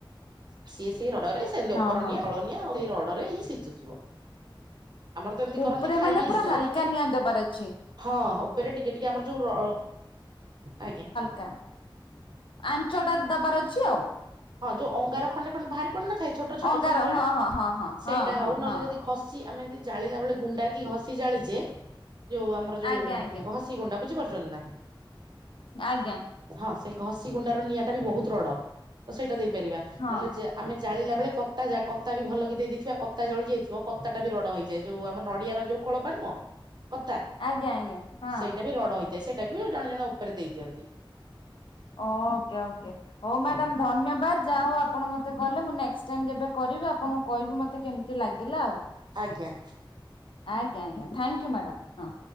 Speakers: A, on the right; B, on the left.
A: ସିଏ ସେଇ ରଡରେ ସେମତି
B: ହଁ
A: ଉପର
B: ହଁ
A: ନିଆଁ ତଳ ନିଆଁ ସେଇ ରଡରେ ହିଁ ସିଝୁଥିବ। ଆମର ତ ଏମିତି
B: ଉପରେ
A: କରନ୍ତି ଖାଇ
B: ମାନେ ପୁରା
A: ସାରିକିରି,
B: ହାଲକା ନିଆଁ ଦବାର ଅଛି।
A: ହଁ ଉପରେ ଟିକେ କେ ଟିକେ ଆମର ଯୋଉ -ଆଜ୍ଞା।
B: କା ଆଞ୍ଚଟା ଦବାର ଅଛି ଆଉ।
A: ହଁ ଯୋଉ ଅଙ୍ଗାର ଖଣ୍ଡେ ଖଣ୍ଡ ବାହାରି ପଡି ନଥାଏ? ଛୋଟ ଛୋଟ
B: ଅଙ୍ଗାର
A: ଚୁଲି ଜଳେ,
B: ହଁ ହଁ ହଁ ହଁ
A: ସେଇଟା
B: ହଁ ହଁ
A: ହୋଉ ନହେଲେ
B: ହଁ
A: ଯଦି ଘଷି ଆମେ ଯ ଜାଳିଲା ବେଳେ ଗୁଣ୍ଡା କି ଘଷି ଜାଳିଛେ। ଯୋଉ ଆମର ଯୋଉ
B: ଆଜ୍ଞା
A: ଘ ଘଷି ଗୁଣ୍ଡା ବୁଝିପାରୁଛନ୍ତି ନା?
B: ଆଜ୍ଞା।
A: ହଁ ସେଇ ଘଷି ଗୁଣ୍ଡାର ନିଆଁ ଟା ବି ବୋହୁତ୍ ରଡ, ତ ସେଇଟା ଦେଇପାରିବା।
B: ହଁ
A: ନହେଲେ ଆମେ ଜାଳିଲା ବେଳେ କତା କତା ବି ଭଲ କିି ଦେଇଥିବା କତା ଜଳି ଯାଇଥିବ କତାଟା ବି ରଡ ହେଇଯାଏ। ଯୋଉ ଆମ ନଡିଆର ଯୋଉ ଖୋଳପା ନୁହଁ, କତା
B: ଆଜ୍ଞା ଆଜ୍ଞା ହଁ
A: ସେଇଟା ବି ରଡ ହେଇ ସେଇଟାକୁ ବି ଜଣେ ଜଣ ଉପରେ ଦେଇ ଦିଅନ୍ତି।
B: ଓ ଓକେ, ଓକେ। ହୋଉ ମ୍ୟାଡମ୍
A: ଆଜ୍ଞା
B: ଧନ୍ୟବାଦ୍ ଯାହା ହୋଉ ଆପଣ ମତେ କହିଲେ। ମୁଁ ନେଷ୍ଟ ଟାଇମ୍ ଯେବେ କରିବି ଆପଣଙ୍କୁ କହିବୁ ମତେ କେମିତି ଲାଗିଲା ଆଉ?
A: ଆଜ୍ଞା।
B: ଆଜ୍ଞା ଆଜ୍ଞା, ଥ୍ୟାଙ୍କୟୁ ମ୍ୟାଡ଼ମ୍ ହଁ।